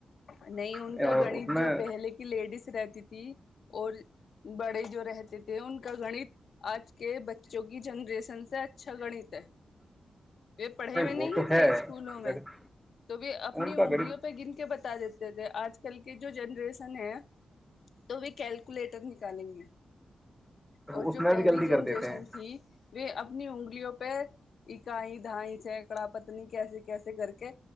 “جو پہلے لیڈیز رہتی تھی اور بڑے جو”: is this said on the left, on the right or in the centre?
Left